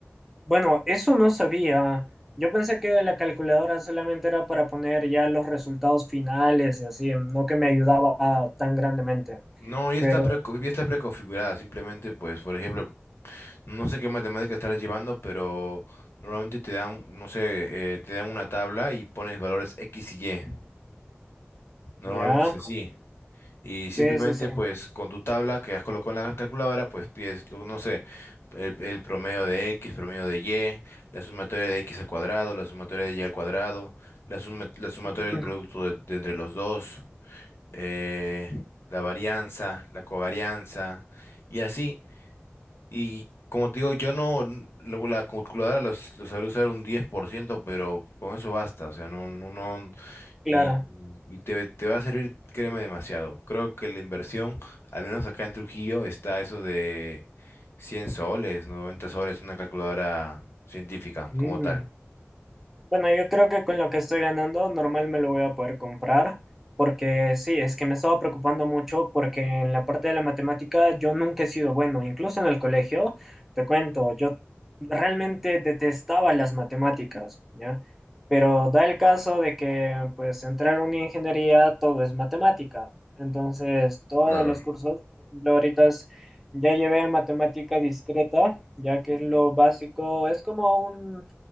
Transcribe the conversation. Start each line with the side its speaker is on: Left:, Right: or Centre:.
Centre: Bueno, eso no sabía. Yo pensé que la calculadora solamente era para poner ya los resultados finales y así, no que me ayudaba tan grandemente.
Left: No, ya
Centre: Pero
Left: está, pre ya está preconfigurada. Simplemente pues, por ejemplo, no sé qué matemática estarás llevando, pero normalmente te dan, no sé, eh, te dan una tabla y pones valores X y Y. Normalmente
Centre: ya,
Left: es así. Y simplemente,
Centre: sí, sí, sí,
Left: pues, con tu tabla que has colocado en la calculadora, pues pides, lo- no sé, el, el promedio de X, promedio de Y, la sumatoria de X al cuadrado, la sumatoria de Y al cuadrado, la suma- la sumatoria
Centre: Mm,
Left: del producto de, de entre los dos, eh, la varianza, la covarianza, y así. Y como te digo, yo no, n- la calculadora lo, s- lo sabré usar un 10% pero con eso basta, o sea, no, no, no, y,
Centre: claro.
Left: y te, te va a servir, créeme, demasiado. Creo que la inversión, al menos acá en Trujillo, está eso de 100 soles, 90 soles, una calculadora científica
Centre: Mm.
Left: como tal.
Centre: Bueno, yo creo que con lo que estoy ganando, normal me lo voy a poder comprar, porque sí, es que me estaba preocupando mucho porque en la parte de la matemática yo nunca he sido bueno, incluso en el colegio, te cuento, yo realmente detestaba las matemáticas, ¿ya? Pero da el caso de que, pues, entrar a una ingeniería todo es matemática, entonces todos
Left: Claro,
Centre: los cursos, por ejemplo, ahorita es- ya llevé matemática discreta, ya que es lo básico, es como un